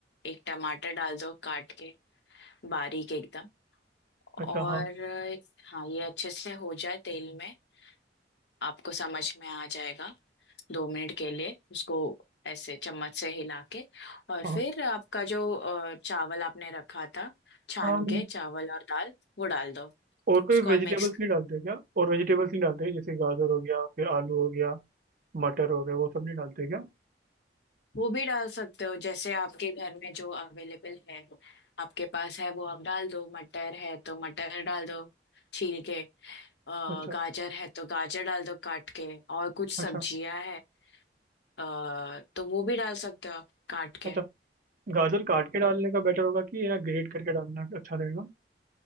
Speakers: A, on the left; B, on the right.
A: एक टमाटर डाल दो काट के बारीक एकदम
B: अच्छा
A: और
B: हाँ
A: अ, हाँ ये अच्छे से हो जाए तेल में आपको समझ में आ जाएगा दो मिनट के लिए उसको ऐसे चम्मच से हिला के और
B: हाँ
A: फिर
B: हाँ।
A: आपका जो अ, चावल आपने रखा था छान
B: हम
A: के चावल और दाल वो डाल दो
B: और कोई
A: उसको
B: वेजिटेबल्स
A: मिक्स
B: नहीं डालते क्या और वेजिटेबल्स नहीं डालते जैसे गाजर हो गया फिर आलू हो गया मटर हो गया वो सब नहीं डालते क्या
A: वो भी डाल सकते हो जैसे आपके घर में जो अवेलेबल है आपके पास है वो आप डाल दो मटर है तो मटर डाल दो छील के अ,
B: अच्छा
A: गाजर है तो गाजर डाल दो काट के और कुछ
B: अच्छा
A: सब्जियां है अ, तो वो भी डाल सकते हो आप काट
B: अच्छा
A: के
B: गाजर काट के डालने का बेटर होगा कि ये ना ग्रेट करके डालना अच्छा रहेगा